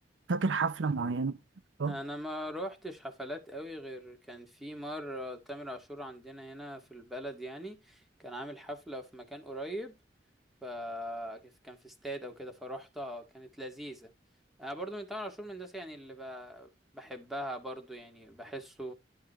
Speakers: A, on the right (about 80°); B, in the centre.
A: فاكر حفلة معينة طب
B: انا ما روحتش حفلات قوي غير كان في مره تامر عاشور عندنا هنا في البلد يعني كان عامل حفله في مكان قريب ف كان في استاد او كده فروحتها كانت لذيذه انا برضو من تامر عاشور من الناس يعني اللي ب... بحبها برضو يعني بحسه